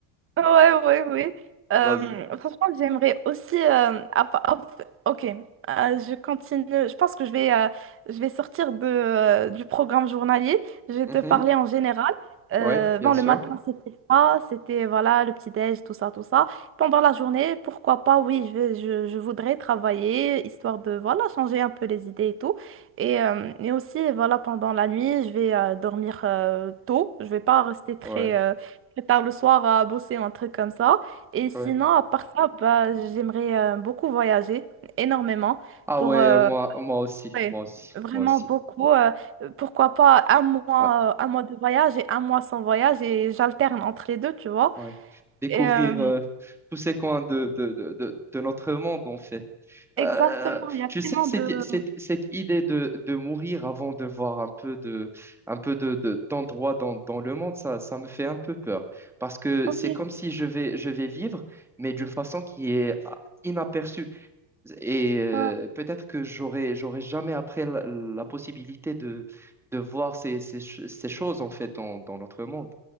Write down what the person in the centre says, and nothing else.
Vas-y.
Mhm.
Ouais, bien
sûr.
Ouais,
ouais.
Ah
ouais,
moi, moi aussi,
moi aussi,
moi aussi.
Ah,
Ouais. Découvrir
euh, tous ces coins de, de, de, de- de notre monde, en fait.
Euh,
tu sais,
cette,
cette, cette idée de, de mourir avant de voir un peu de, un peu de, de- d'endroits dans, dans le monde, ça, ça me fait un peu peur. Parce que
c'est comme si je vais, je vais vivre, mais d'une façon qui est ah, inaperçue. Et euh,
peut-être que j'aurai, j'aurai jamais après la, la possibilité de, de voir ces, ces, ch- ces choses, en fait, dans, dans notre monde.